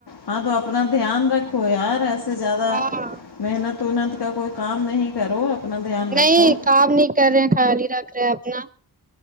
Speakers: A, on the left; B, on the right.
A: ہاں تو اپنا دھیان رکھو یار ایسے زیادہ
B: ہاں
A: محنت ونت کا کوئی کام نہیں کرو اپنا دھیان رکھو
B: نہیں کام نہیں کر رہے خیال ہی رکھ رہے اپنا